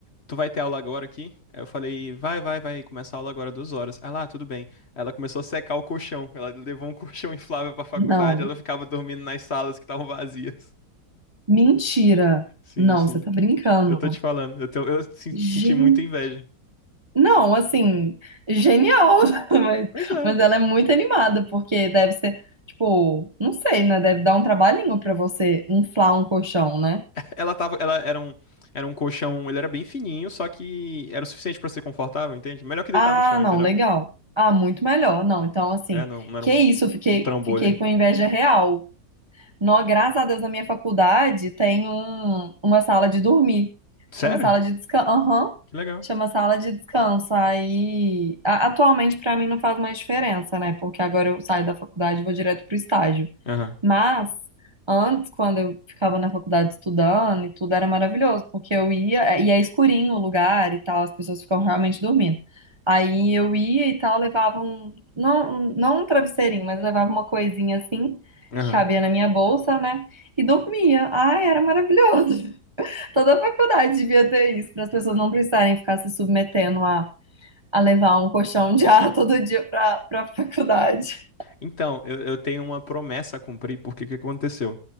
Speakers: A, on the left (about 40°); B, on the right (about 20°).
A: Tu vai ter aula agora aqui? Aí eu falei: Vai, vai, vai, começar a aula agora duas horas. Ela, ah, tudo bem. Ela começou a secar o colchão, ela levou um <laughs> colchão inflável pra faculdade,
B: Não,
A: ela ficava dormindo nas salas que estavam vazias.
B: mentira.
A: Sim,
B: Não,
A: sim.
B: você tá brincando.
A: Eu tô te falando, eu, tenho- eu se-
B: Gente.
A: senti muita inveja.
B: Não, assim, genial, <laughs> mas,
A: Pois é,
B: mas ela é muito animada, porque deve ser, tipo, não sei, né? Deve dar um trabalhinho pra você inflar um colchão, né?
A: Ela tava, ela era um, era um colchão, ele era bem fininho, só que era o suficiente pra ser confortável, entende? Melhor que
B: Ah,
A: deitar no chão,
B: não,
A: entendeu?
B: legal. Ah, muito melhor. Não, então, assim,
A: É, não, não era
B: que
A: um,
B: isso,
A: um
B: eu fiquei,
A: um trambolho.
B: fiquei com inveja real. Nó, graças a Deus, na minha faculdade tem um, uma sala de dormir.
A: Sério?
B: Chama sala de descanso. Aham.
A: Que legal.
B: Chama sala de descanso. Aí, a- atualmente pra mim não faz mais diferença, né? Porque agora eu saio da faculdade e vou direto pro estágio.
A: Aham,
B: Mas antes, quando eu ficava na faculdade estudando e tudo, era maravilhoso, porque eu ia é, e é escurinho o lugar e tal, as pessoas ficam realmente dormindo. Aí eu ia e tal, levava um, não, não um travesseirinho, mas levava uma coisinha assim
A: aham.
B: que cabia na minha bolsa, né? E dormia. Ai, era maravilhoso. <laughs> Toda a faculdade devia ter isso, para as pessoas não precisarem ficar se submetendo a, a levar um colchão de ar <laughs> todo dia para para faculdade.
A: Então, eu, eu tenho uma promessa a cumprir, porque o que aconteceu?